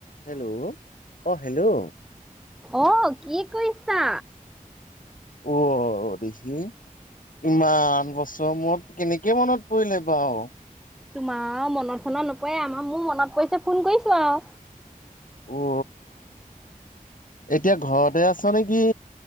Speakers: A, on the left; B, in the centre.
A: Hello অঁ hello
B: অ কি কৰিছা?
A: অ দেহি ইমান বছৰ মূৰত কেনেকে মনত পৰিলে বাৰু?
B: তোমাৰ মনত চনত নপৰে আমাৰ মোৰ মনত পৰিছে ফোন কৰিছো আৰু।
A: অ এতিয়া ঘৰতে আছ নেকি?